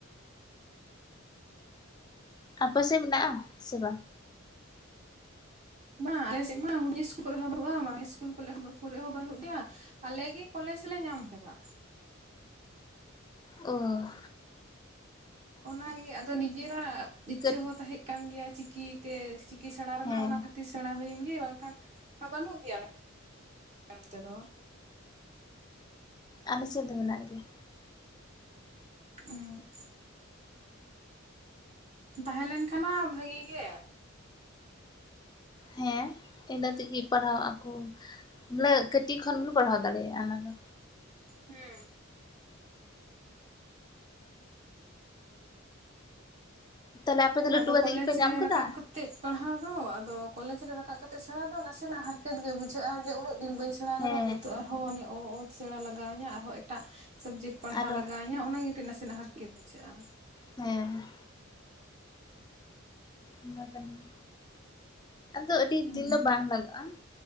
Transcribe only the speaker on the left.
ᱟᱯᱮ ᱥᱮᱫ ᱢᱮᱱᱟᱜᱼᱟ ᱥᱮ ᱵᱟᱝ?
ᱚᱸᱻ᱾
ᱠᱟᱹᱴ
ᱦᱮᱸ
ᱟᱞᱮ ᱥᱮᱫ ᱫᱚ ᱢᱮᱱᱟᱜ ᱜᱮᱭᱟ᱾
ᱦᱮᱸ ᱤᱱᱟᱹ ᱛᱮᱜᱤ ᱯᱟᱲᱦᱟᱜ ᱟᱠᱚ᱾ ᱵᱚᱞᱮ ᱠᱟᱹᱴᱤᱡ ᱠᱷᱚᱱ ᱵᱚᱱ ᱯᱟᱲᱦᱟᱣ ᱫᱟᱲᱮᱭᱟᱜᱼᱟ ᱚᱱᱟ ᱫᱚ᱾
ᱛᱟᱦᱚᱞᱮ ᱟᱯᱮ ᱫᱚ ᱞᱟᱹᱴᱩ
ᱠᱟᱛᱮᱫ
ᱜᱮᱯᱮ ᱧᱟᱢ
ᱠᱟᱫᱟ
ᱦᱮᱸ
ᱟᱨᱚ
ᱦᱮᱸ ᱦᱮᱸ ᱾ ᱚᱱᱟ ᱠᱟᱱ ᱜᱮ, ᱟᱫᱚ ᱟᱹᱰᱤ
ᱫᱤᱱ ᱫᱚ ᱵᱟᱝ ᱞᱟᱜᱟᱜᱼᱟ᱾